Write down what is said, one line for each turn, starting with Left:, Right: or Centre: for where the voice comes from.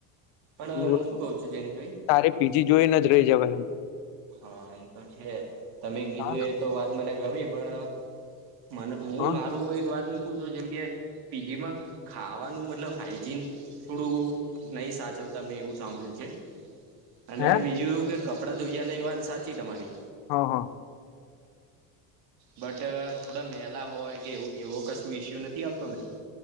Right: પણ
Left: હમ્મ,
Right: હું શું કઉ છું જેની ભાઈ
Left: તારે પીજી જોઈને જ રહી જવાય એમ.
Right: હા એ તો છે. તમે કીધું
Left: હા
Right: એ તો વાત મને ગમી પણ અહ મને હું
Left: હા
Right: મારું એક વાત મૂકું છું જેમકે પીજીમાં ખાવાનું મતલબ હાઈ જીન થોડું નહીં સાચવતા મેં એવું સાંભળ્યું છે. અને
Left: હે
Right: બીજું એવું કે કપડાં ધોઈયા એ વાત સાચી તમારી
Left: હા હા
Right: બટ થોડા મેલા હોય કે એવો કશું ઈસ્યુ નથી આવતો ને